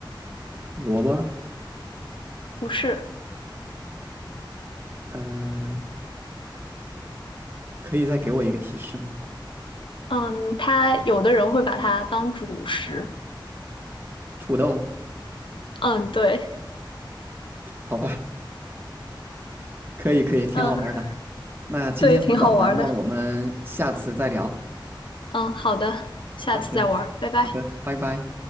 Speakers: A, on the right; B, on the left.
A: 萝卜，
B: 不是。
A: 嗯、呃可以再给我一个提示吗？
B: 嗯，他有的人会把它当主食。
A: 土豆，
B: 嗯，对，
A: 好吧，可以可以，挺好玩的。
B: 嗯，
A: 那今天不早了，
B: 对，挺好玩的。
A: 那我们下次再聊。
B: 嗯，好的，下次再玩拜拜。
A: 好的，好的，拜拜。